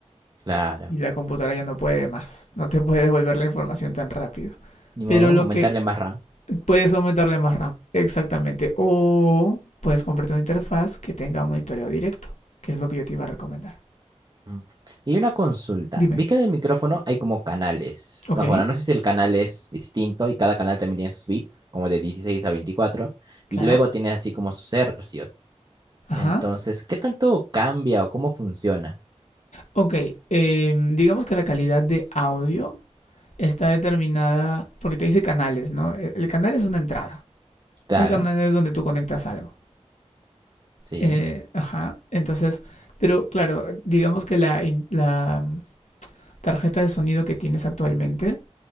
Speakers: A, on the right; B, on the left.
A: claro.
B: Y la computadora ya no puede más, no te <laughs> puede devolver la información tan rápido.
A: Ni modo,
B: Pero lo
A: aumentarle
B: que
A: más RAM.
B: puedes aumentarle más RAM, exactamente. O puedes comprarte una interfaz que tenga monitoreo directo, que es lo que yo te iba a recomendar.
A: Mm. Y una consulta.
B: Dime,
A: Vi que en el micrófono hay como canales.
B: ok,
A: No, bueno, no sé si el canal es distinto y cada canal también tiene sus bits, como de 16 a 24
B: claro,
A: y luego tiene así como sus hercios.
B: ajá.
A: Entonces, ¿qué tanto cambia o cómo funciona?
B: Ok, eh, digamos que la calidad de audio está determinada porque te dice canales, ¿no? El canal es una entrada.
A: Claro,
B: Un canal es donde tú conectas algo.
A: sí.
B: Eh, ajá, entonces, pero claro, digamos que la, in- la mm, tarjeta de sonido que tienes actualmente